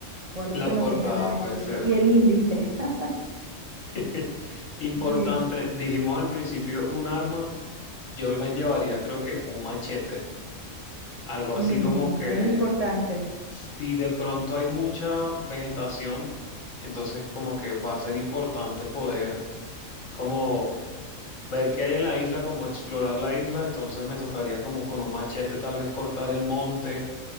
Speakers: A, on the right; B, on the left.
A: o algo
B: la
A: que no
B: portada,
A: tenga nada
B: puede
A: escrito.
B: ser.
A: Y el índice. <laughs>
B: <laughs> Importante,
A: Sí,
B: dijimos al principio un arma, yo me llevaría creo que un machete, algo
A: mm,
B: así como que
A: es importante.
B: si de pronto hay mucha vegetación, entonces como que va a ser importante poder como ver qué hay en la isla, como explorar la isla, entonces me tocaría como con un machete tal vez cortar el monte